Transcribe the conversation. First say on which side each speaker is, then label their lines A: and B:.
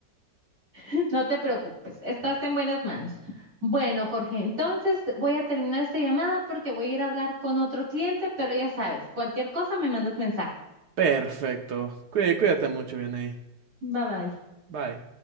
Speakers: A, on the right; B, on the right.
A: <laughs> No te preocupes, estás en buenas manos. Bueno, Jorge, entonces voy a terminar esta llamada porque voy a ir a hablar con otro cliente, pero ya sabes, cualquier cosa me mandas mensaje.
B: Perfecto. Cuí- cuídate mucho, bien ahí.
A: Bye bye.
B: Bye.